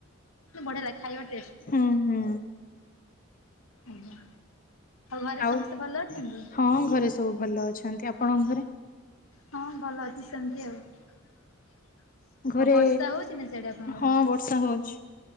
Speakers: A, on the left (about 85°); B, on the left (about 40°).
A: ବଢିଆ ଲା ଖାଇବା ଟେଷ୍ଟ ଟା।
B: ହୁଁ ହୁଁ
A: ଆଜ୍ଞା। ଘରେ
B: ଆଉ
A: ସମସ୍ତେ ଭଲ ଅଛନ୍ତି?
B: ହଁ ଘରେ ସବୁ ଭଲ ଅଛନ୍ତି। ଆପଣଙ୍କ ଘରେ?
A: ହଁ ଭଲ ଅଛି ସେମିତି ଆଉ ଆଉ
B: ଘରେ
A: ବର୍ଷା ହଉଛି ନା ସେଆଡେ ଆପଣଙ୍କର?
B: ହଁ ବର୍ଷା ହଉଛି